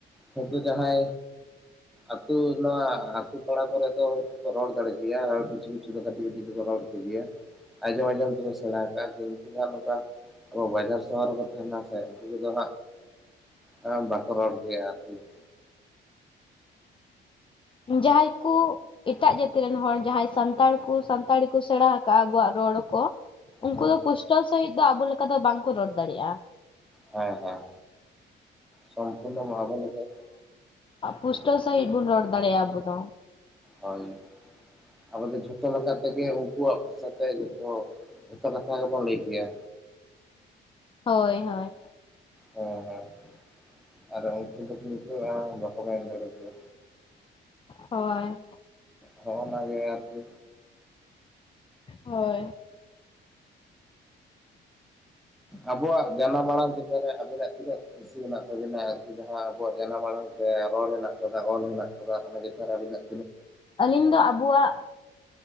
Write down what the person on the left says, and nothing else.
ᱡᱟᱦᱟᱸᱭ ᱠᱩ ᱮᱴᱟᱜ ᱡᱟᱹᱛᱤ ᱨᱮᱱ ᱦᱚᱲ ᱡᱟᱦᱟᱸᱭ ᱥᱟᱱᱛᱟᱲ ᱠᱚ ᱥᱟᱱᱛᱟᱲᱤ ᱠᱚ ᱥᱮᱬᱟ ᱟᱠᱟᱜᱼᱟ ᱟᱵᱚᱣᱟᱜ ᱨᱚᱲ ᱠᱚ ᱩᱱᱠᱩ
ᱫᱚ ᱯᱩᱥᱴᱟᱹᱣ ᱥᱟᱹᱦᱤᱡ ᱫᱚ ᱟᱵᱚ ᱞᱮᱠᱟ ᱫᱚ ᱵᱟᱝᱠᱚ ᱨᱚᱲ ᱫᱟᱲᱮᱭᱟᱜᱼᱟ
ᱯᱩᱥᱴᱟᱹ ᱥᱟᱺᱦᱤᱡ ᱵᱚᱱ ᱨᱚᱲ ᱫᱟᱲᱮᱭᱟᱜᱼᱟ ᱟᱵᱚ ᱫᱚ
ᱦᱳᱭ ᱦᱳᱭ
ᱦᱳᱭ
ᱦᱳᱭ
ᱟᱞᱤᱧ ᱫᱚ ᱟᱵᱚᱣᱟᱜ